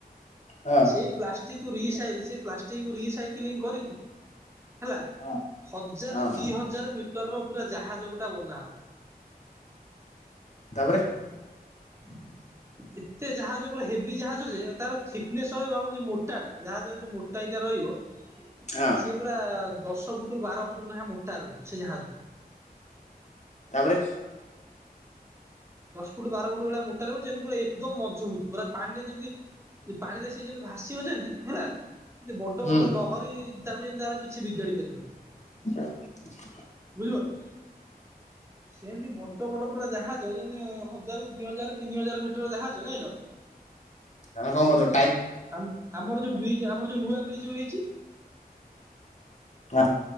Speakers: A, on the left (about 45°); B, on the right (about 15°).
A: ହଁ
B: ସେଇ ପ୍ଲାଷ୍ଟିକ ରିସାଇ ପ୍ଲାଷ୍ଟିକକୁ ରିସାଇକେଲିଂ କରିକି ହେଲା
A: ହଁ
B: ହଜାର
A: ହଁ
B: ଦିହଜାର ମିଟରର ପୁରା ଜାହାଜ ଗୋଟା ବନା ହବ।
A: ତାପରେ।
B: <inaudible> ଏତେ ଜାହାଜ ଉପରେ ହେଭି ଜାହାଜ ଯେ ତାର ଥିକନେସ୍ ରହିବ ଆମର ଯେଉଁ ମୋଟାଟା ଜାହାଜର ଯେଉଁ ମୋଟାଇଟା ରହିବ।
A: ହଁ
B: ସିଏ ପୁରା ଦଶ ପୁଟୁ ବାର ପୁଟୁ ନେଖା ମୋଟା ରହିବ ସେ ଜାହାଜ।
A: ତାପରେ।
B: ଦଶ ପୁଟୁ ବାର ପୁଟୁ ଭଳିଆ ମୋଟା ରହିବ ଯେମତି ପୁରା ଏକଦମ ମଜବୁତୁ ପୁରା ପାଣିରେ ଯେମିତି ପାଣି ଦେ ସେ ଯେମତି ଭାସିବ ଯେମନ୍ତି ହେଲା। ଏ ବଡ
A: ହୁଁ
B: ବଡ ଲହରୀ ତାକୁ ଯେମିତି ତାର କିଛି ବିଗାଡି ପାରିବନି।
A: <inaudible>
B: ବୁଝିପାରୁଚ। ସେମିତି ବଡ ବଡ ପୁରା ଜାହା ଜ ଯେମିତି ହଜାର ଦିଇ ହଜାର ତିନି ହଜାର ମିଟର ଜାହାଜ ଯାଇଁଲ?
A: ତମେ କଣ କରୁଚ ଟାଇ
B: ଆମ୍-ଆମର ଯୋଉ ବ୍ରିଜ୍ ଆମର ଯୋଉ ନୂଆ ବ୍ରିଜ ଯୋଉ ହେଇଚି।
A: ଆଁ